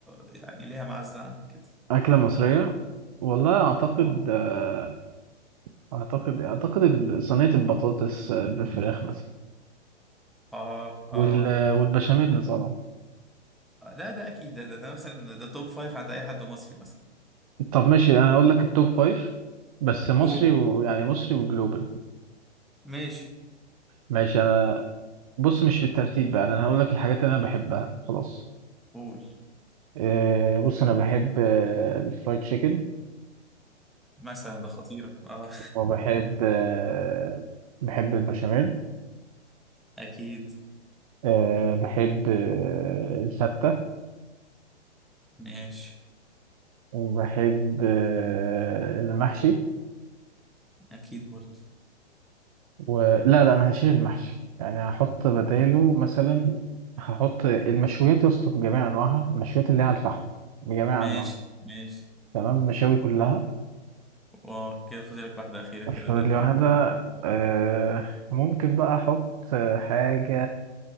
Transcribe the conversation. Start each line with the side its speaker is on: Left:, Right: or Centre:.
Centre: يعني ليها معزه عندك كده
Right: أكلة مصرية والله أعتقد
Centre: اه
Right: آه، أعتقد أعتقد ال- صينية البطاطس آه، بالفراخ مثلا
Centre: اه
Right: وال...
Centre: اه
Right: والبشاميل طبعا
Centre: ده ده اكيد ده ده, ده مثلا ده توب فايف عند اي حد مصري مثلا
Right: طب ماشي أنا هقول لك التوب فايف بس مصري
Centre: قول قول
Right: ويعني مصري وجلوبال
Centre: ماشي
Right: ماشي أنا بص مش بالترتيب بقى أنا هقول لك الحاجات اللي أنا بحبها خلاص
Centre: قول
Right: آه، بص أنا بحب آه، الفرايد تشيكن
Centre: مثلا ده خطيره اه
Right: وبحب آه، بحب البشاميل
Centre: <laughs> اكيد
Right: آه، بحب آه، الفتة
Centre: ماشي
Right: وبحب آه، المحشي
Centre: اكيد برضه
Right: ولا لا لا، أنا هشيل المحشي يعني هحط بداله مثلا هحط المشويات يا اسطى بجميع أنواعها المشويات اللي هي على الفحم بجميع
Centre: ماشي
Right: أنواعها
Centre: ماشي
Right: تمام المشاوي كلها
Centre: وكده فاضلك واحده اخيره كده
Right: فاضل
Centre: ده دكتور
Right: لي واحدة
Centre: مقبول طيب
Right: آه، ممكن بقى أحط آه، حاجة